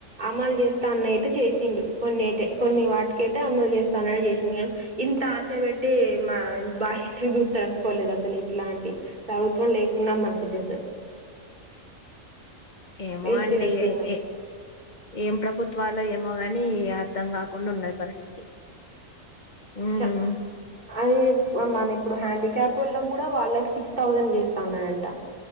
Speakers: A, on the right; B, on the left.
A: అమలు చేస్తాన అయితే చేసిండు కొన్ని అతే కొన్ని వాటికైతే అమలు చేస్తానని చేసిం కానీ ఇంత ఆశ పెట్టి మా బాహ గుతారు అనుకోలేదు అసలు ఇట్లాంటి ప్రభుత్వం లేకున్నా మంచిది అసలు
B: ఏమో
A: వేస్ట్
B: అండి
A: వచ్చింది
B: ఏ ఏం ప్రభుత్వాలు ఏమో కానీ అర్థం కాకుండా ఉండ పరిస్థితి ఉమ్
A: చ అది మన ఇప్పుడు హ్యాండిక్యాప్ ళ కూడా వాళ్ళకి సిక్స్ థౌసండ్ చేస్తాఅన్నాడంట